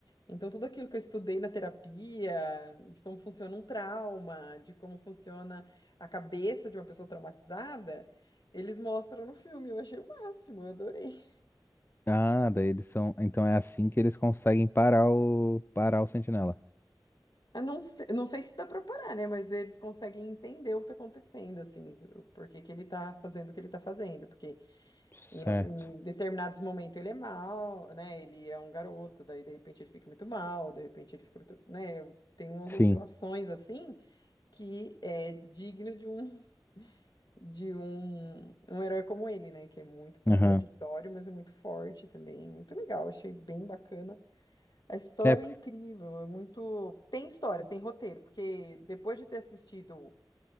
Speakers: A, on the left; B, on the left.
A: Então, tudo aquilo que eu estudei na terapia, de como funciona um trauma, de como funciona a cabeça de uma pessoa traumatizada, eles mostram no filme. Eu achei o máximo, eu adorei.
B: Ah, daí eles são. Então é assim que eles conseguem parar o. parar o Sentinela.
A: Eu não sei, não sei se dá pra parar, né? Mas eles conseguem entender o que tá acontecendo, assim, o porquê que ele tá fazendo o que ele tá fazendo. Porque
B: Certo.
A: em, em determinados momentos ele é mal, né? Ele é um garoto, daí de repente ele fica muito mal, de repente ele fica muito, né? Tem umas
B: Sim.
A: oscilações assim que é digno de um. de um, um herói como ele, né? Que é muito contraditório,
B: Aham.
A: mas é muito forte também. Muito legal, achei bem bacana. A história
B: É, porque
A: é incrível, é muito. Tem história, tem roteiro, porque depois de ter assistido